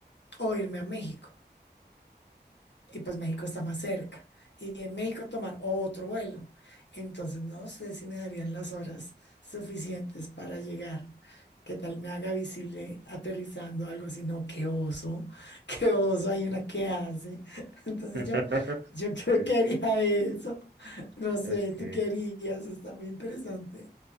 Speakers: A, on the left; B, on the right.
A: o irme a México y pues México está más cerca. Y en México tomar otro vuelo. Entonces no sé si me darían las horas suficientes para llegar. ¿Qué tal me haga visible aterrizando algo así? No, qué oso, <laughs> qué oso, hay una que hace. <laughs> Entonces
B: <laughs>
A: yo, yo creo
B: Sí,
A: que
B: sí.
A: haría eso. No sé,
B: Okay.
A: ¿tú qué harías? Está muy interesante.